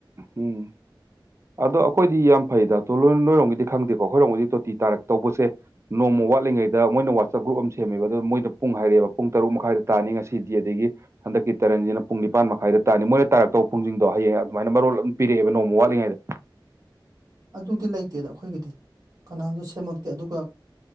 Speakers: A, on the right; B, on the right.
A: ꯎꯝ ꯑꯗꯣ ꯑꯩꯈꯣꯏꯗꯤ ꯌꯥꯝ ꯐꯩꯗꯣꯣꯏ ꯂꯣꯏꯔꯣꯝꯒꯤꯗꯤ ꯈꯪꯗꯦꯀꯣ ꯑꯩꯈꯣꯏꯔꯣꯝꯒꯤꯗꯤ ꯇꯣꯇꯤ ꯇꯥꯔ ꯇꯧꯕꯁꯦ ꯅꯣꯡꯃ ꯋꯥꯠꯂꯤꯉꯩꯗ ꯃꯣꯏꯅ ꯋꯥꯆꯞ ꯒ꯭ꯔꯨꯞ ꯑꯃ ꯁꯦꯝꯃꯦꯕ ꯑꯗꯨꯣ ꯃꯣꯏ ꯄꯨꯡ ꯍꯥꯏꯔꯛꯑꯦꯕ ꯄꯨꯡ ꯇꯔꯨꯛ ꯃꯈꯥꯏꯗ ꯇꯥꯅꯤ ꯉꯁꯤꯗꯤ ꯑꯗꯒꯤ ꯍꯟꯗꯛꯀꯤ ꯇꯔꯟꯁꯤꯅ ꯄꯨꯡ ꯅꯤꯄꯥꯟ ꯃꯈꯥꯏꯗ ꯇꯥꯅꯤ ꯃꯣꯏꯅ ꯇꯥꯔꯛꯇꯧꯕ ꯄꯨꯡꯁꯤꯡꯗꯣ ꯍꯌꯦꯡ ꯑꯗꯨ ꯅ ꯃꯔꯣꯜ ꯑꯗꯨꯝ ꯄꯤꯔꯛꯑꯦꯕ ꯅꯣꯡꯃ ꯋꯥꯠꯂꯤꯉꯩꯗ
B: ꯑꯗꯨꯗꯤ ꯂꯩꯇꯦꯗ ꯑꯩꯈꯣꯏꯒꯤꯗꯤ ꯀꯅꯥꯝꯁꯨ ꯁꯦꯝꯃꯛꯇꯦ ꯑꯗꯨꯒ